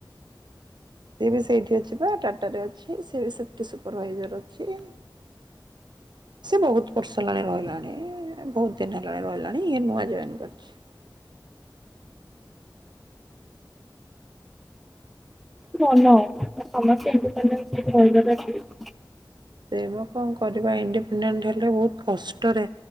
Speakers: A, on the right; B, in the centre.
A: ସିଏ ବି ସେଇଠି ଅଛି ବା ଟାଟାରେ ଅଛି ସିଏ ବି ସେପ୍ଟି ସୁପରଭାଇଜର ଅଛି। ସେ ବହୁତ ବର୍ଷ ହେଲାଣି ରହିଲାଣି ବହୁତ ଦିନ ହେଲାଣି ରହିଲାଣି ଇଏ ନୂଆ ଜଏନ୍ କରିଚି।
B: ଭଲ ସମସ୍ତେ ଇଣ୍ଡିପେଣ୍ଡେଣ୍ଟସ୍ ହେଇକି ରହିବା ଟା ଠିକ।
A: ସେଇ ବା କଣ କରିବା ଇଣ୍ଡିପେଣ୍ଡେଣ୍ଟ ହେଲେ ବହୁତ କଷ୍ଟରେ